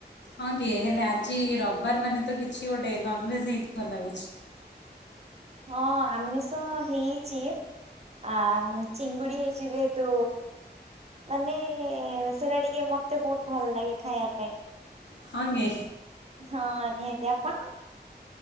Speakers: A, on the left; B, on the right.
A: ହଁ କି ହେଲେ ଆଜି ରବିବାର ମାନେ ତ କିଛି ଗୋଟେ ନନଭେଜ ଜ ହେଇଥିବ ଲାଗୁଛି।
B: ହଁ ଆମିଷ ହେଇଛି ଆ ଚିଙ୍ଗୁଡି ହେଇଛି ଯେହେତୁ ମାନେ ସେଟା ଟିକେ ମତେ ବହୁତ ଭଲ ଲାଗେ ଖାଇବା ପାଇଁ
A: ହଁ କି,
B: ହଁ ନିହାତି ଆପଣ?